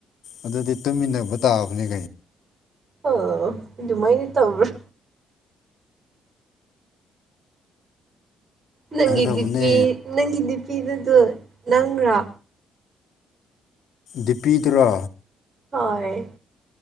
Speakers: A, on the left (about 70°); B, on the right (about 30°).
A: ꯑꯗꯨꯗꯤ ꯇꯨꯃꯤꯟꯅꯕ ꯇꯥꯕꯅꯦ ꯀꯩꯅ
B: ꯑꯣ ꯑꯗꯨꯃꯥꯏꯅ ꯇꯧꯕ꯭ꯔꯥ ꯅꯪꯒꯤ
A: ꯌꯥꯒꯗꯕꯅꯦ
B: ꯗꯤꯄꯤ ꯅꯪꯒꯤ ꯗꯤꯄꯤꯗꯨꯗꯣ ꯅꯪꯒ꯭ꯔꯥ
A: ꯗꯤꯄꯤꯗꯨꯔꯣ
B: ꯍꯣꯏ